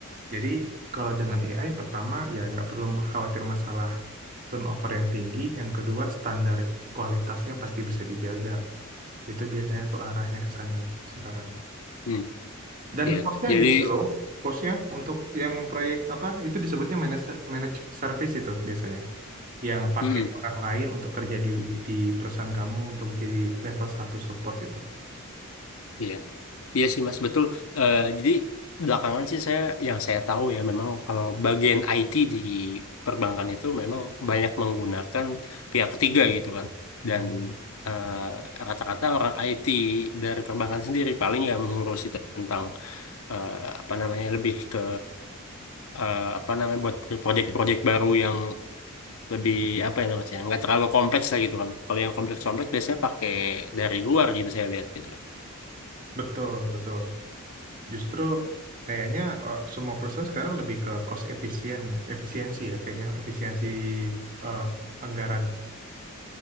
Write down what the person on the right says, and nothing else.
Jadi, kalau dengan AI, pertama, ya nggak perlu khawatir masalah turnover yang tinggi. Yang kedua, standar kualitasnya pasti bisa dijaga. Itu biasanya tuh arahnya ke sana sekarang.
Dan
cost-nya
gede loh. Cost-nya untuk yang proyek apa, itu disebutnya managed managed service itu biasanya yang pakai
orang lain untuk kerja di di perusahaan kamu untuk jadi level satu support itu.
Betul, betul. Justru kayaknya eh, semua perusahaan sekarang lebih ke cost efisien, efisiensi ya kayaknya efisiensi eh, anggaran.